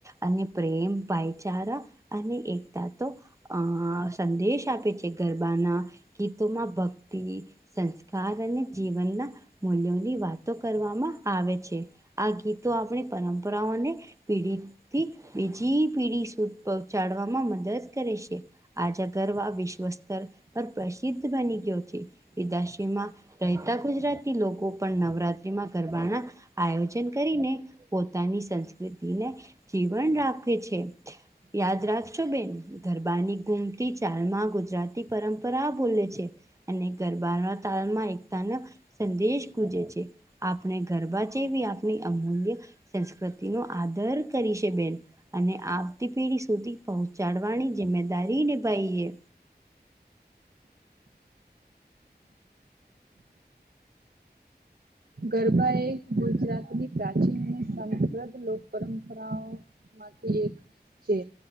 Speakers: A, on the right; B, on the right.
A: અને પ્રેમ, ભાઈચારા અને એ તાતો અ સંદેશ આપે છે, ગરબાના ગીતમાં ભ તી સંસ્કાર અને જીવનના મૂલ્યોની વાતો કરવામાં આવે છે. આ ગીતો આપણી પરંપરાઓને પીડી થી બીજી પીઢી સુ પહોંચાડવામાં મદદ કરે છે. આજા ગરવ વિશ્વ સ્તર પર પ્રસિદ્ધ બની ગયો છે, વિદશીમાં રહેતા ગુજરાતી લોકો પણ નવરાત્રીમાં ગરબાના આયોજન કરીને પોતાની સંસ્કૃતિને જીવન રાખે છે. યાદ રાખશો બેન ગરબાની ગુમતી ચાલમાં ગુજરાતી પરંપરા બોલે છે. અને ગરબા ના તાલમાં એકતાનો સંદેશ ગૂજે છે. આપણે ગરબા જેવી આપણી અમૂલ્ય સંસ્કૃતિ નો આદર કરી છે બેન અને આવતી પેઢી સુધી પહોંચાડવાની જિમ્મેદારી નિભાઈએ.
B: ગરબા એ ગુજરાતની પ્રાચીન અને સમપ્રધ લોક પરંપરાઓ માંથી એક છે.